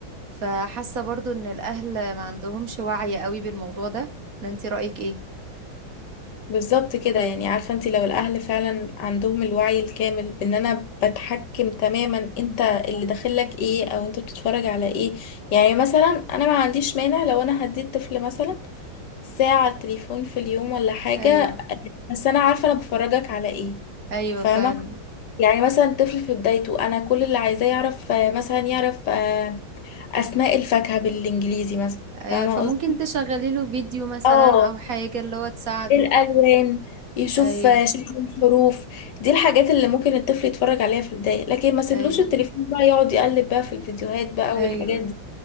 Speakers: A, on the right; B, on the left.
A: فحاسة برضو ان الاهل ما عندهمش وعي قوي بالموضوع ده ولا انتي رأيك ايه
B: بالظبط كده يعني عارفة انت لو الأهل فعلا عندهم الوعي الكامل بأن أنا بتحكم تماما انت اللي داخلك ايه أو انت بتتفرج على ايه يعني مثلا أنا ما عنديش مانع لو أنا هديت طفل مثلا ساعة تليفون في اليوم ولا حاجة
A: ايوه
B: بس أنا عارفة أنا بفرجك على ايه
A: ايوه
B: فاهمة
A: فعلا
B: يعني مثلا طفل في بدايته أنا كل اللي عايزاه يعرف آه، مثلا يعرف آه، أسماء الفاكهة بالإنجليزي مثلا
A: ايوه
B: فاهمة
A: فممكن
B: قصدي؟
A: تشغلي له فيديو مثلا
B: اه
A: او حاجة اللي هو تساعده
B: الالوان يشوف
A: ايوه
B: شكل الحروف دي الحاجات اللي ممكن الطفل يتفرج عليها في البدايه لكن ما سيبلوش
A: ايوه
B: التليفون بقى يقعد يقلب بقى في الفيديوهات بقى
A: ايوه
B: والحاجات دي